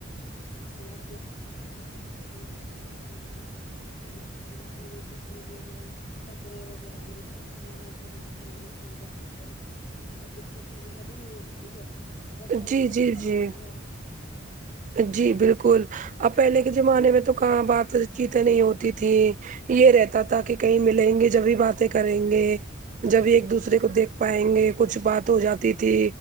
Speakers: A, on the left; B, on the right.
A: <unintelligible> اور کھانے پینے کی چیزوں میں کپڑے وغیرہ لوگ سب گھر بیٹھے بیٹھے آرام سے آ جاتی ہے اور دقت وغیرہ بھی نہیں ہوتی ہے سب فون
B: جی
A: کا
B: جی
A: ہی کمال
B: جی
A: ہے
B: جی بالکل اب پہلے کے زمانے میں تو کہاں بات چیتیں نہیں ہوتی تھی یے رہتا تھا کہ کہیں ملیں گے جب بھی باتیں کریں گے جب ایک
A: بالکل
B: دوسرے کو دیکھ پائیں گے کچھ بات ہو جاتی تھی